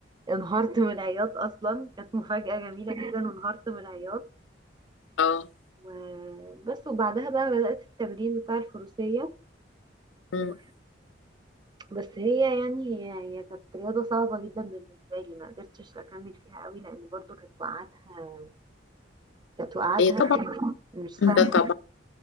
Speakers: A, on the right; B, on the left.
A: انهارت من العياط اصلا كانت مفاجأة جميلة جدا وانهارت من العياط
B: اه
A: وبس وبعدها بقى بدأت التمرين بتاع الفروسية
B: مم.
A: و... بس هي يعني هي هي كانت رياضة صعبة جدا بالنسبة لي ما قدرتش أكمل فيها قوي لأن برضو كانت وقعاتها كانت وقعاتها
B: هي طبعا
A: مش سهلة
B: ده طبعا